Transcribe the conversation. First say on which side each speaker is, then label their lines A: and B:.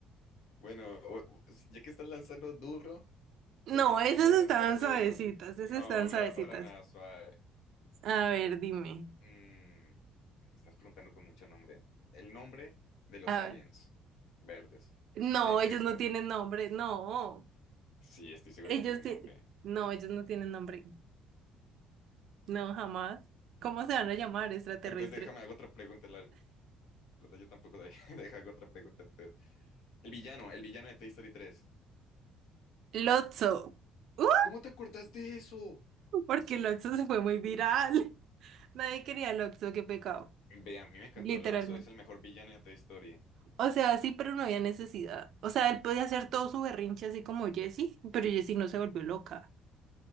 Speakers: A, on the left; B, on the right.
A: Bueno, o- o- ya que estás lanzando duro,
B: No,
A: yo también
B: esas
A: voy a
B: estaban
A: lanzar duro.
B: suavecitas,
A: No,
B: esas están
A: no
B: suavecitas.
A: era para nada suave.
B: A ver, dime.
A: Mm, estás preguntando con mucho nombre. El nombre de los
B: A
A: aliens
B: ver.
A: verdes
B: No,
A: de esta
B: ellos
A: historia.
B: no tienen nombre, no.
A: Sí, estoy seguro
B: Ellos
A: que tienen
B: ti-
A: nombre.
B: No, ellos no tienen nombre. No, jamás. ¿Cómo se van a
A: Mm,
B: llamar extraterrestres?
A: Entonces déjame hago otra pregunta. La verdad yo tampoco doy. <laughs> Deja hago otra pregunta entonces. El villano, el villano de Toy Story 3.
B: Lotso. ¡Uh!
A: ¿Cómo te acordás de eso?
B: Porque Lotso se fue muy viral. <laughs> Nadie quería Lotso, qué pecado.
A: Ve, a mí me encantó
B: Literalmente.
A: Lotso, es el mejor villano de Toy Story.
B: O sea, sí, pero no había necesidad. O sea, él podía hacer todo su berrinche así como Jessie, pero Jessie no se volvió loca.